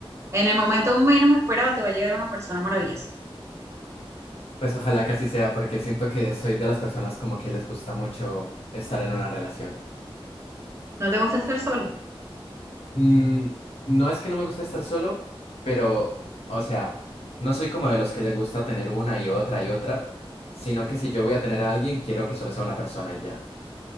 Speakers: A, on the right; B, on the left.
A: En el momento menos esperado te va a llegar una persona maravillosa.
B: Pues ojalá que así sea, porque siento que soy de las personas como que les gusta mucho estar en una relación.
A: ¿No te gusta estar solo?
B: Mm, no es que no me gusta estar solo, pero, o sea, no soy como de los que le gusta tener una y otra y otra, sino que si yo voy a tener a alguien, quiero que solo sea una persona y ya.